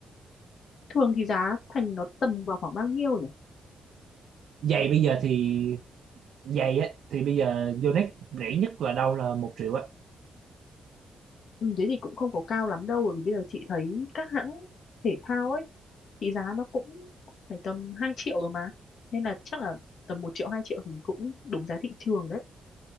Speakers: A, on the left (about 60°); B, on the right (about 70°).
A: Thường thì giá thành nó tầm vào khoảng bao nhiêu nhỉ?
B: Giày bây giờ thì giày á thì bây giờ Yonex rẻ nhất là đâu là một triệu á.
A: Ừ, thế thì cũng không có cao lắm đâu bởi vì bây giờ chị thấy các hãng thể thao ấy thì giá nó cũng phải tầm 2 triệu rồi mà nên là chắc là tầm một triệu 2 triệu thì cũng đúng giá thị trường đấy